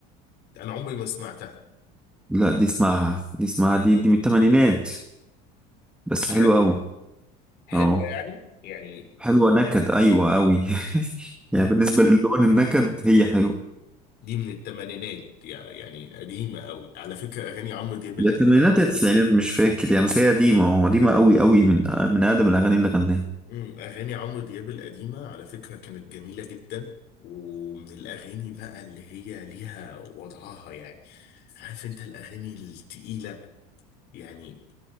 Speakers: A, on the left; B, in the centre.
A: انا عمري ما سمعتها
B: لا دي اسمعها دي اسمعها دي دي من الثمانينات بس
A: بجد
B: حلوة قوي
A: حلوة
B: اه
A: يعني يعني
B: حلوة نكد ايوه قوي <laughs>
A: مم.
B: يعني بالنسبة للون النكد هي حلوة
A: دي من الثمانينات يعني قديمة قوي على فكرة اغاني عمرو دياب القديمة
B: يا الثمانينات
A: كانت
B: يا التسعينات مش فاكر يعني بس هي قديمة اه قديمة قوي قوي من من أقدم الأغاني اللي غناها
A: امم اغاني عمرو دياب القديمة على فكرة كانت جميلة جدا ومن الاغاني بقى اللي هي ليها وضعها يعني عارف انت الاغاني التقيلة يعني